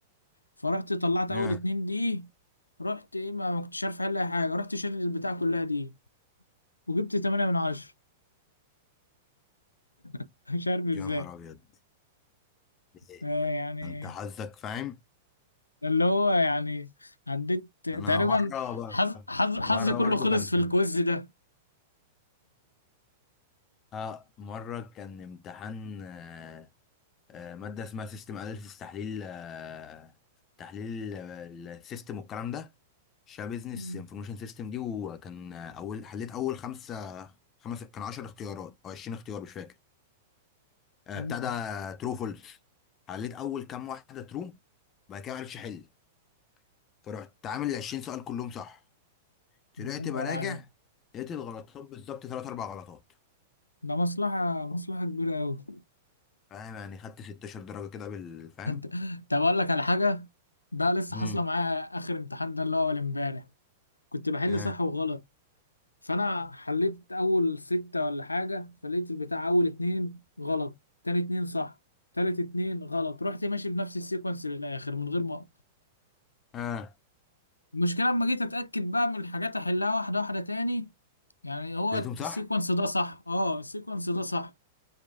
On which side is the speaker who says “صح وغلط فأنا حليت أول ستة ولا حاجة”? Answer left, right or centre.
Left